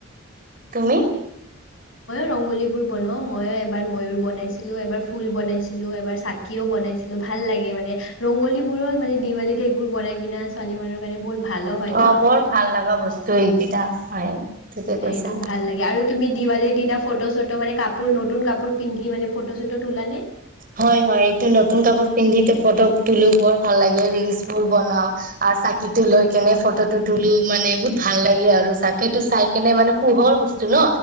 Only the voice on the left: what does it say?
ৰংগলীবোৰ বনওঁ ময়ো এবাৰ ময়ুৰ বনাইছিলোঁ এবাৰ ফুল বনাইছিলো। এবাৰ চাকিও বনাইছিলো ভাল লাগে, মানে ৰংগলীবোৰো মানে দিৱালীত এইবোৰ বনাই কিনা ছোৱালী মানুহৰ কাৰণে বহুত। ভালো হয় ন'।
অ'
সেইটো
ভাল লাগে আৰু তুমি দিৱালীৰ দিনা ফটো-চটো মানে কাপোৰ নতুন কাপোৰ পিন্ধি মানে ফটো-চটো তোল নে?